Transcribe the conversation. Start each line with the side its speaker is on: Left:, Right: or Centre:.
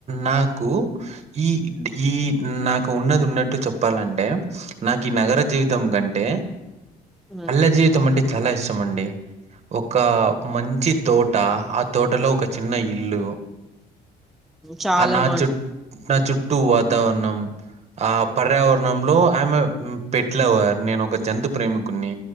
Right: నాకు ఈ ఇంటిక్ ఈ నాకు ఉన్నది ఉన్నట్టు చెప్పాలంట్ హ్మ్ నాకు ఈ నగర జీవితం కంటే
Centre: హ్మ్.
Right: పల్లె జీవితం అంటే చాలా ఇస్టామండీ ఒక మంచి తోట. ఆ తోటలో ఒక చిన్న ఇల్లు
Centre: చాలా
Right: ఆ నా
Centre: బావుంట
Right: చుట్ నా చుట్టూ వాతావరణం ఆ పర్యావరణంలో ఐయామ్ ఉ పెట్టలవర్ నేను ఒక జంతు ప్రేమిక్ కొన్ని